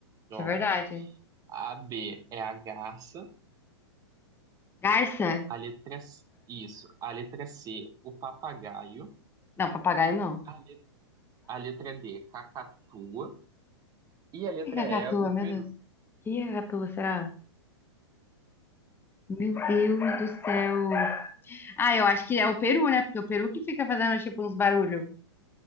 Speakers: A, on the right; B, on the left.
A: Então,
B: Isso é verdade.
A: Ó, a B é a garça.
B: Garça?
A: A letra C, isso. A letra C, o papagaio.
B: Não, papagaio não. O
A: A, le- a letra D, Cacatua. E a letra
B: que é cacatua,
A: E, o
B: meu
A: Peru.
B: Deus? O que é cacatua, será? Meu Deus do céu. Ah, eu acho que é o peru, né? Porque é o peru que fica fazendo tipo uns barulhos,